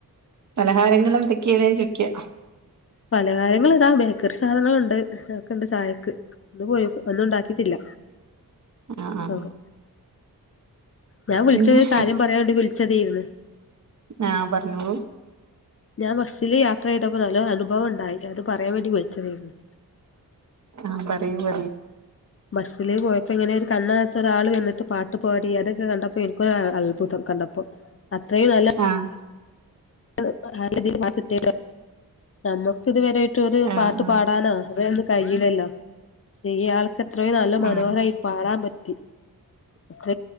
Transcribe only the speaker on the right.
പലഹാരങ്ങൾ എന്തൊക്കെയണേ ചോയ്ക്ക
ആ ആ
പിന്നെ
ആഹ് പറഞ്ഞോളൂ
ആഹ് പറയ് പറെയ്
ആഹ്
ആ
ആ
ആ